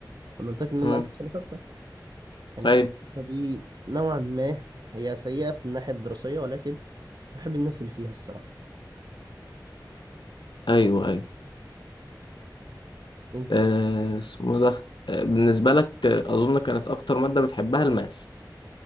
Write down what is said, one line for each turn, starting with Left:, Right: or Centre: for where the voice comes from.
Right: أنا قلت لك إن أنا
Left: مم.
Right: نقلت في سنة ستة كانت
Left: أيوة
Right: المدرسة دي نوعا ما هي سيئة في الناحية الدراسية ولكن كنت بحب الناس اللي فيها الصراحة
Left: أيوة أيوة
Right: إنت-
Left: آه، اسمه ده آه، بالنسبة لك آه، أظن كانت أكتر مادة بتحبها الماس